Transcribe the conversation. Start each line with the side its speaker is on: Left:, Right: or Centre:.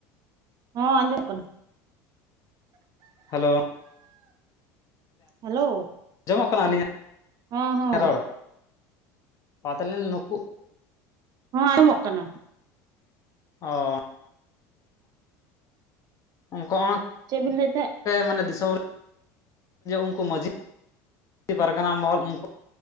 Right: ᱦᱚᱸ ᱟᱸᱡᱚᱢᱚᱜ ᱠᱟᱱᱟ
Left: ᱦᱮᱞᱳ
Right: ᱦᱮᱞᱳ
Left: ᱟᱡᱚᱢᱚᱜ ᱠᱟᱱᱟ ᱟᱹᱞᱤᱧᱟᱜ
Right: ᱦᱚᱸ ᱦᱚᱸ
Left: ᱨᱚᱲ ᱛᱟᱦᱚᱞᱮ ᱱᱩᱠᱩ
Right: ᱦᱚᱸ ᱟᱸᱡᱚᱢᱚᱜ ᱠᱟᱱᱟ
Left: ᱚ ᱩᱱᱠᱩ ᱦᱚᱸ
Right: ᱪᱮᱫ ᱵᱤᱱ ᱞᱟᱹᱭᱮᱫ
Left: ᱢᱟᱱᱮ ᱫᱤᱥᱚᱢ ᱩᱱᱠᱩ <inaudible> ᱢᱟᱺᱡᱷᱤ ᱯᱟᱨᱜᱟᱱᱟ ᱢᱚᱦᱚᱞ ᱩᱱᱠᱩ